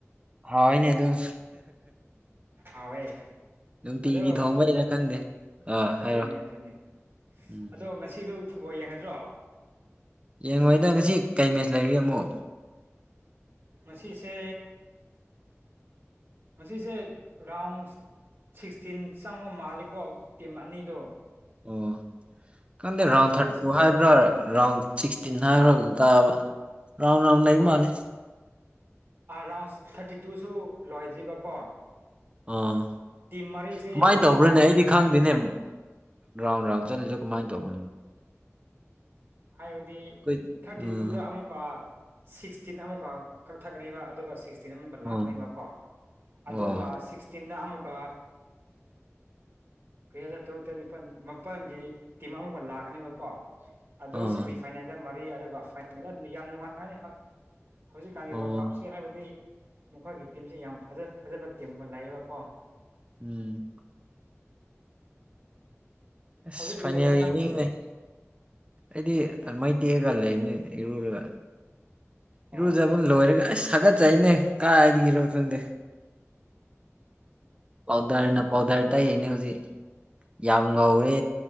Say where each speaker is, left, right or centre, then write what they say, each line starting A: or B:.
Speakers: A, on the right; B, on the right.
A: ꯍꯥꯎꯏꯅꯦ ꯑꯗꯨꯨꯝ
B: ꯍꯥꯎꯋꯦ
A: ꯅꯨꯡꯇꯤꯒꯤ
B: ꯑꯗꯣ
A: ꯊꯣꯡꯕꯩꯔ ꯈꯪꯗꯦ ꯑꯥ
B: ꯑꯗꯨꯅꯦ
A: ꯍꯥꯏꯔꯣ
B: ꯑꯗꯨꯅꯦ
A: ꯎꯝ
B: ꯑꯗꯣ ꯉꯁꯤꯗꯨ ꯐꯨꯠꯕꯣꯜ ꯌꯦꯡꯒꯗ꯭ꯔꯣ
A: ꯌꯦꯡꯉꯣꯏꯗ ꯉꯁꯤ ꯀꯩ ꯃꯦꯠꯆ ꯂꯩꯔꯦ ꯑꯃꯨꯛ
B: ꯉꯥꯁꯤꯁꯦ ꯃꯁꯤꯁꯦ ꯔꯥꯎꯟꯁ ꯁꯤꯛꯁꯇꯤꯟ ꯆꯪꯕ ꯃꯥꯜꯂꯤꯀꯣ ꯇꯤꯝ ꯑꯅꯤꯗꯨ
A: ꯑꯣ ꯈꯪꯗꯦ ꯔꯥꯎꯟ
B: ꯐꯥꯔꯁ
A: ꯊꯥꯔꯇꯤ ꯇꯨ ꯍꯥꯏꯕ꯭ꯔꯥ ꯔꯥꯎꯟ ꯁꯤꯛꯁꯇꯤꯟ ꯍꯥꯏꯕ꯭ꯔꯥꯒꯨꯝ ꯇꯥꯕ ꯔꯥꯎꯟ ꯔꯥꯎꯟ ꯂꯩꯕꯥ
B: ꯍꯣꯏ
A: ꯃꯥꯂꯦ
B: ꯔꯥꯎꯟ ꯊꯥꯔꯇꯤ ꯇꯨꯁꯨ ꯂꯣꯏꯗ꯭ꯔꯤꯕꯀꯣ
A: ꯑꯥ
B: ꯇꯤꯝ ꯃꯔꯤꯁꯦ
A: ꯀꯃꯥꯏꯅ ꯇꯧꯕ꯭ꯔꯥꯅꯦ
B: ꯋꯥꯠꯂꯤꯕ
A: ꯑꯩꯗꯤ ꯈꯪꯗꯦꯅꯦ ꯔꯥꯎꯟ ꯔꯥꯎꯟ ꯆꯠꯂꯤꯗꯣ ꯀꯃꯥꯏ ꯇꯧꯒꯅꯤ
B: ꯍꯥꯏꯕꯗꯤ
A: ꯑꯩꯈꯣꯏ
B: ꯊꯥꯔꯇꯤ
A: ꯎꯝ
B: ꯇꯨꯗ ꯑꯃꯨꯛ ꯁꯤꯛꯁꯇꯤꯟ ꯑꯃꯨꯛꯀꯥ ꯀꯛꯊꯠꯀꯅꯤꯕ ꯑꯗꯨꯒ ꯁꯤꯛꯇꯤꯟ ꯑꯃꯨꯛꯀꯥ
A: ꯑꯣ
B: ꯂꯥꯛꯀꯅꯤꯕꯥꯀꯣ ꯑꯗꯨꯒ
A: ꯑꯣ
B: ꯁꯤꯛꯁꯇꯤꯟꯗꯥ ꯑꯃꯨꯛꯀꯥ ꯀꯔꯤ ꯍꯥꯏꯖꯤꯔꯥ ꯇꯔꯨꯛ ꯇꯔꯦꯠ ꯅꯤꯄꯥꯜ ꯃꯥꯄꯜꯒꯤ ꯇꯤꯝ ꯑꯃꯨꯛꯀꯥ ꯂꯥꯛꯀꯅꯦꯕꯀꯣ ꯑꯗꯨ
A: ꯑꯥ
B: ꯁꯤꯃꯤ ꯐꯥꯏꯅꯦꯜꯗ ꯃꯔꯤ ꯑꯗꯨꯒ ꯐꯥꯏꯅꯦꯜꯗ ꯌꯥꯝ ꯅꯨꯡꯉꯥꯏꯅꯤ ꯍꯧꯖꯤꯛꯀꯥꯟꯒꯤ
A: ꯑꯣ
B: ꯋꯥꯔꯜ ꯀꯞꯁꯤ ꯍꯥꯏꯕꯗꯤ ꯃꯈꯣꯏꯒꯤ ꯇꯤꯝꯁꯤ ꯌꯥꯝ ꯐꯖꯥ ꯐꯖꯥꯕ ꯇꯤꯝ ꯑꯣꯏꯅꯥ ꯂꯛꯑꯦꯕꯥꯀꯣ
A: ꯎꯝ ꯑꯁ
B: ꯍꯧꯖꯤꯛ ꯀꯔꯤ
A: ꯐꯥꯏꯅꯦꯜ
B: ꯇꯧꯔꯤꯅꯣ
A: ꯌꯦꯡꯅꯤꯡꯔꯦ
B: ꯅꯪꯗꯤ
A: ꯑꯩꯗꯤ ꯃꯩ ꯇꯤꯛꯑꯒꯥ ꯂꯩꯕꯅꯤ ꯏꯔꯨꯔꯒ
B: ꯑꯣ
A: ꯏꯔꯨꯖꯕ ꯂꯣꯏꯔꯒ ꯑꯁ ꯍꯥꯒꯠꯆꯩꯅꯦ ꯀꯥꯏꯗꯒꯤꯔꯣ ꯈꯪꯗꯦ ꯄꯥꯎꯗꯔꯅ ꯄꯥꯎꯗꯔ ꯇꯩꯔꯤꯅꯦ ꯍꯧꯖꯤꯛ ꯌꯥꯝ ꯉꯧꯔꯦ